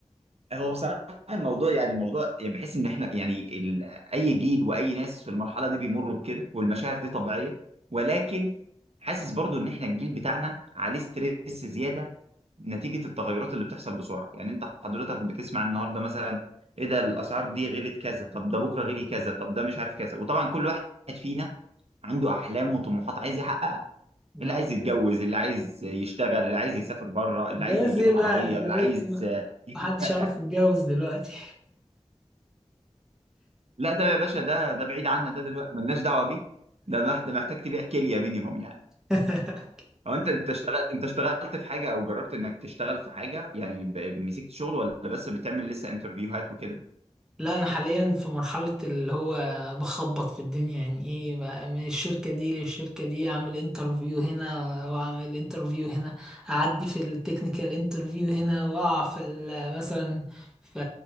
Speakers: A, on the right; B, in the centre.
A: هو بصراحه الموضوع يعني الموضوع يعني بحس ان احنا يعني ال... اي جيل واي ناس في المرحله دي بيمروا بكده والمشاعر دي طبيعيه ولكن حاسس برضو ان احنا الجيل بتاعنا عليه ستريس زياده نتيجه التغيرات اللي بتحصل بسرعه يعني انت حضرتك بتسمع النهارده مثلا ايه ده الاسعار دي غلت كذا طب ده بكره غلي كذا طب ده مش عارف كذا وطبعا كل واحد فينا عنده احلام وطموحات عايز يحققها
B: نعم
A: اللي عايز يتجوز اللي عايز يشتغل اللي عايز يسافر بره اللي
B: جواز
A: عايز يجيب
B: ايه بقى
A: عربيه اللي
B: جواز
A: عايز آه، يجيب
B: محدش
A: شقه
B: يعرف يتجوز دلوقتي
A: لا ده يا باشا ده ده بعيد عنا ده دلوقتي ملناش دعوه بيه ده مح- ده محتاج تبيع كليه مينيموم يعني
B: <laughs>
A: او انت انت اشتغلت انت اشتغلت في حاجه او جربت انك تشتغل في حاجه يعني ب- مسكت شغل ولا بس بتعمل لسه انترفيوهات وكده
B: لا انا حاليا في مرحله اللي هو بخبط في الدنيا يعني ايه بقى من الشركه دي للشركه دي اعمل انترفيو هنا واعمل انترفيو هنا اعدي في التكنيكال انترفيو هنا واقع في ال- مثلا في